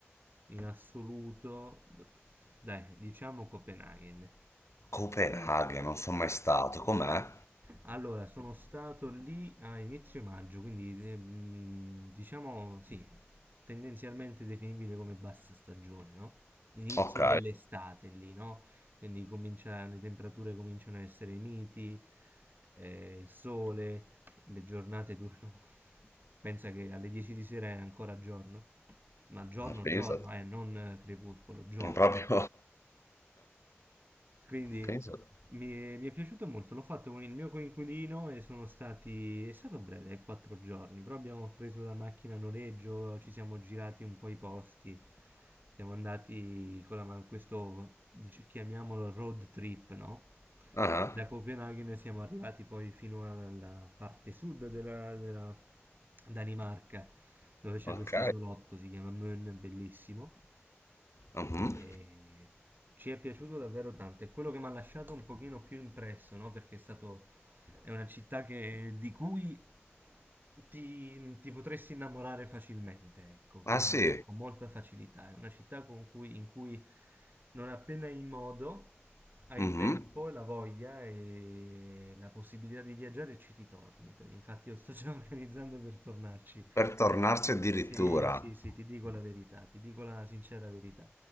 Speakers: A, on the right; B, on the left.
A: in assoluto, dai, diciamo Copenaghen.
B: Copenaghen, non sono mai stato, com'è?
A: Allora, sono stato lì a inizio maggio, quindi eh, mh, diciamo sì, tendenzialmente definibile come bassa stagione, no? Inizio
B: Ok,
A: dell'estate lì, no? Quindi comincia- le temperature cominciano a essere miti, eh, il sole, le giornate durano. <laughs> Pensa che alle 10 di sera è ancora giorno, ma giorno,
B: ma pensate,
A: giorno, eh, non eh, crepuscolo, giorno.
B: non proprio...
A: Quindi
B: <laughs> pensate.
A: mi è, mi è piaciuto molto, l'ho fatto con il mio coinquilino e sono stati, è stato breve, eh, quattro giorni, però abbiamo preso la macchina a noleggio, ci siamo girati un po' i posti, siamo andati con la, ma- questo, dice- chiamiamolo road trip, no?
B: Ah,
A: Da Copenaghen siamo arrivati poi fino alla parte sud della, della Danimarca, dove c'è
B: ok.
A: questo isolotto, si chiama Møn, bellissimo.
B: Mhm.
A: E ci è piaciuto davvero tanto. È quello che mi ha lasciato un pochino più impresso, no? Perché è stato, è una città che- di cui ti, ti potresti innamorare facilmente, ecco,
B: Ah
A: con,
B: sì,
A: con molta facilità. È una città con cui- in cui non appena hai modo, hai
B: Mhm.
A: tempo, e la voglia e la possibilità di viaggiare, ci ritorni. Per- Infatti, io sto già <laughs> organizzando per tornarci.
B: Per tornarci
A: Ti dico-
B: addirittura.
A: Sì, sì, sì, ti dico la verità, ti dico la sincera verità.